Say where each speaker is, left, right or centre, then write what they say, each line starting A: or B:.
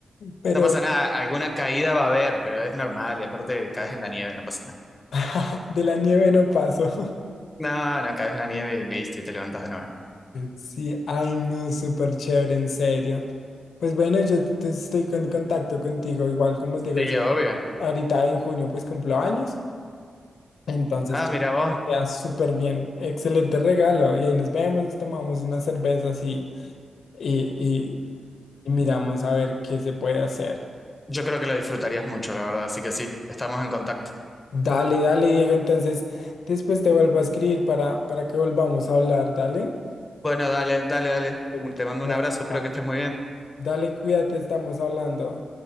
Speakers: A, on the left; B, on the left.
A: pero
B: No pasa nada. Alguna caída va a haber, pero es normal. Y aparte caes en la nieve, no pasa
A: <laughs> de la nieve no paso. <laughs>
B: nada. No, no, caes en la nieve y listo, y te levantas de nuevo.
A: Sí, ay no, súper chévere, en serio. Pues bueno, yo te- estoy con- en contacto contigo, igual como te digo
B: Sí,
A: ya,
B: obvio.
A: ahorita en junio pues cumplo años, entonces
B: Ah,
A: yo
B: mira
A: creo
B: vos.
A: que queda súper bien, excelente regalo, y ahí nos vemos, nos tomamos unas cervezas y, y, y- y miramos a ver qué se puede hacer.
B: Yo creo que lo disfrutarías mucho, la verdad. Así que sí, estamos en contacto.
A: Dale, dale, Diego, entonces después te vuelvo a escribir para, para que volvamos a hablar, dale.
B: Bueno, dale, dale, dale.
A: Em,
B: Un- Te mando
A: A
B: un
A: ver,
B: abrazo,
A: sale.
B: espero que estés muy bien.
A: Dale, cuídate, estamos hablando.